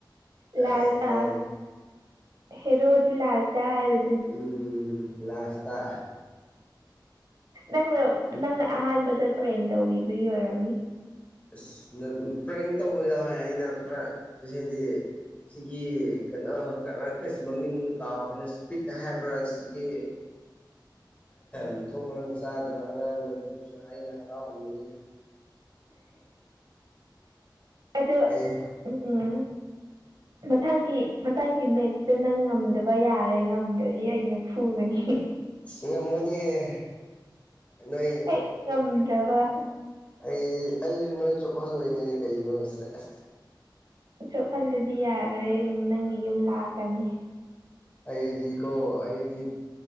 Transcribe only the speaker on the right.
ꯂꯥꯁ
ꯑ
ꯍꯦꯔꯣꯗꯤ ꯂꯥꯁꯇꯥ ꯍꯥꯏꯕ
ꯅꯪꯅ ꯅꯪꯅ ꯑꯍꯥꯟꯕꯗ ꯄ꯭ꯔꯦꯡ ꯇꯧꯕꯤꯕꯒꯤ ꯑꯣꯏꯔꯝꯅꯤ
ꯑꯗꯣ
ꯎꯝ
ꯃꯊꯪꯒꯤ ꯃꯊꯪꯒꯤ ꯃꯦꯠꯁꯇ ꯅꯪ ꯉꯝꯗꯕ ꯌꯥꯔꯣꯏ ꯉꯝꯗ꯭ꯔꯗꯤ ꯑꯩꯅ ꯐꯨꯒꯅꯤ
ꯍꯦꯛ ꯉꯝꯗ꯭ꯔꯕ
ꯆꯣꯞꯍꯜꯂꯗꯤ ꯌꯥꯔꯣꯏꯍꯦ ꯅꯪꯒꯤ ꯌꯨꯝ ꯂꯥꯛꯀꯅꯤ